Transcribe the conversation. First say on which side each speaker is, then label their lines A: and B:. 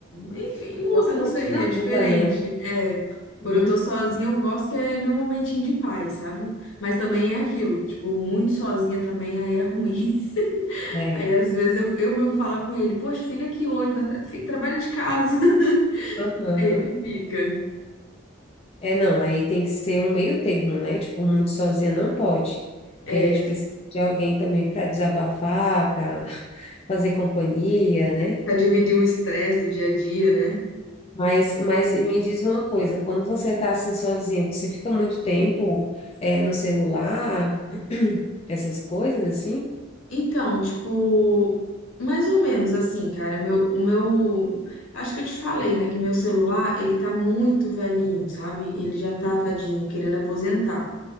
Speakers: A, on the left; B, on the left.
A: enfim, muda,
B: A nossa
A: não
B: rotina
A: sei, é
B: muda,
A: diferente.
B: né?
A: É,
B: Hum,
A: quando eu tô sozinha, eu gosto que é meu momentinho de paz, sabe? Mas também é aquilo, tipo, muito sozinha também aí é ruim. <laughs>
B: é.
A: Aí às vezes eu, eu mesmo falo com ele, poxa, fica aqui hoje, vai tra- fi- trabalha de casa. <laughs>
B: Aham.
A: Aí ele fica.
B: É, não, aí tem que ser um meio termo, né? Tipo, muito sozinha não pode. Porque
A: É,
B: a gente precisa de alguém também para desabafar, para <laughs> fazer companhia, né?
A: pra dividir o estresse do dia a dia, né?
B: Mas, mas me diz uma coisa, quando você está assim sozinha, você fica muito tempo eh, no celular, <clears throat> essas coisas assim?
A: Então, tipo, mais ou menos assim, cara, meu, o meu, acho que eu te falei, né, que meu celular, ele tá muito velhinho, sabe? Ele já tá,
B: Uhum.
A: tadinho, querendo aposentar.